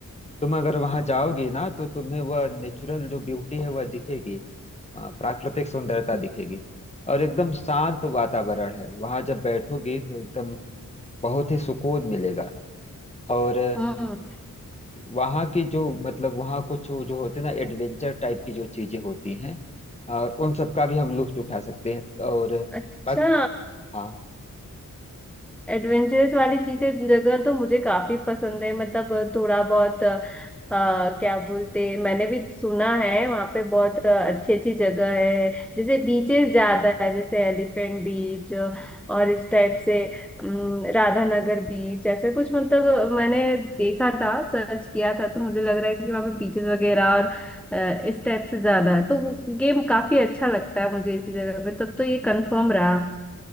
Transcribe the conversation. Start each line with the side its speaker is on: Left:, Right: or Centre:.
Left: तुम अगर वहां जाओगी ना तो तुम्हें वह नेचुरल जो ब्यूटी है वह दिखेगी अ, प्राकृतिक सुंदरता दिखेगी और एकदम शांत वातावरण है वहां जब बैठोगी तो एकदम बहुत ही सुकून मिलेगा और
Centre: हम्म
Left: वहाँ की जो मतलब वहाँ कुछ जो जो होते हैं ना एडवेंचर टाइप की जो चीजें होती हैं और उन सब का भी हम लुत्फ उठा सकते हैं और
Centre: अच्छा
Left: बस हाँ
Centre: एडवेंचरस वाली चीजें जगह तो मुझे काफी पसंद है मतलब थोड़ा बहुत अ, क्या बोलते मैंने भी सुना है वहाँ पे बहुत अच्छी अच्छी जगह है जैसे बीचेस ज्यादा है जैसे एलिफेंट बीच और इस टाइप से अम, राधानगर बीच ऐसे कुछ मतलब मैंने देखा था सर्च किया था तो मुझे लग रहा है कि वहाँ पे बीचेस वगैरह और अ, इस टाइप से ज्यादा है तो वो गेम काफी अच्छा लगता है मुझे इसी जगह पे तब तो ये कंफर्म रहा